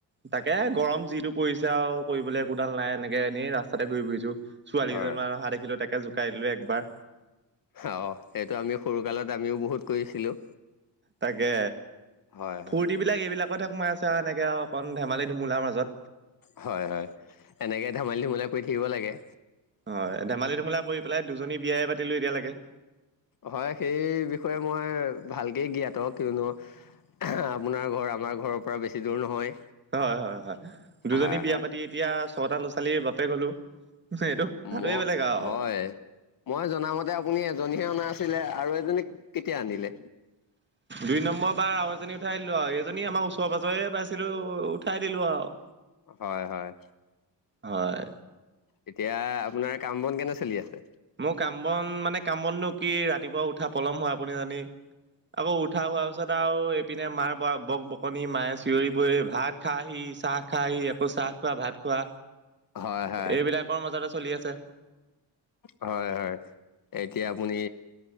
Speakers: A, on the right; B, on the left.
A: তাকে গৰম যিটো পৰিছে আৰু কৰিবলৈ একোডাল নাই এনেকে তাকে এনেই ৰাস্তাতে ঘুই ফুৰিছো ছোৱালী
B: হয়
A: কেইজনী মান অহা দেখিলো তাকে জোকাই দিলো একবাৰ
B: অঁ এইটো আমি সৰুকালত আমিও বহুত কৰিছিলোঁ
A: তাকে
B: হয়
A: ফুৰ্ত
B: হয়
A: বিলাক এইবিলাকতে সোমাই আছে আৰু এনেকে আৰু অকণ ধেমালি ধুমুলাৰ মাজত
B: হয় হয় এনেকে ধেমালি ধুমুলা কৰি থাকিব লাগে
A: হয় ধেমালি ধুমলা কৰি পেলাই দুজনী বিয়ায়ে পাতিলো এতিযালেকে
B: হয় সেই বিষয়ে মই ভালকেই জ্ঞাত কিয়নো আপোনাৰ ঘৰ আমাৰ ঘৰৰ পৰা বেছি দূৰ নহয়
A: হয় হয় হয় দুজনী
B: হয়
A: বিয়া
B: হয়
A: পাতি এতিয়া ছটা ল'ৰা ছোৱালীৰ বাপেক হলো সেইটো কথাটোৱে
B: ম
A: বেলেগ আৰু
B: হয় মই জনামতে আপুনি এজনীহে অনা আছিলে আৰু এজনীক কেতিয়া আনিলে
A: দুই নম্বৰ বাৰ আৰু এজনী উঠাই দিলো আৰু এজনী আমাৰ ওচৰে পাজৰে পাইছিলো উঠাই দিলো আৰু
B: হয় হয়
A: হয়
B: এতিয়া আপোনাক কাম বন কেনে চলি আছে
A: মোৰ কাম বন মানে কাম বনো কি ৰাতিপুৱা উঠা পলম হয় আপুনি জানেই আকৌ উঠা হোৱাৰ পিছত আৰু এইপিনে মাৰ ব বক বকনি মায়ে চিঞৰিব ভাত খা হি চাহ খা হি আকৌ চাহ খোৱা ভাত খোৱা
B: হয় হয়
A: এইবিলাকৰ মাজতে চলি আছে
B: হয় হয় এতিয়া আপুনি